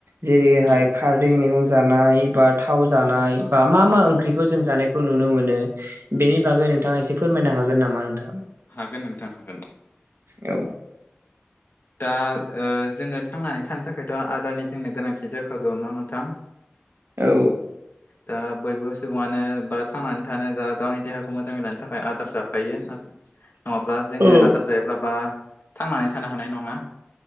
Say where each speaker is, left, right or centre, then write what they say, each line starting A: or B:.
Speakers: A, on the right; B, on the left.
A: जेरैहाय
B: औ
A: खारदै मैगं जानाय बा थाव जानाय बा मा
B: औ
A: मा ओंख्रिखौ जों जानाय खौ नुनो मोनो बेनि बागै नोंथाङा एसे फोरमायनो हागोन नामा नोंथां
B: हागोन नोंथां हागोन
A: औ
B: दा ओ जोङो थांनानै थानो थाखायथ' आदारनि जोंनो गोनांथि जाखागौ न' नोंथां
A: औ
B: दा बयबो सुबुङानो बा थांनानै थानो बा गावनि देहाखौ मोजाङै लानो थाखाय आदार जाखायो
A: <inaudible>
B: नङाब्ला जोङो
A: औ
B: आदार जायाब्ला बा थांनानै थानो हानाय नङा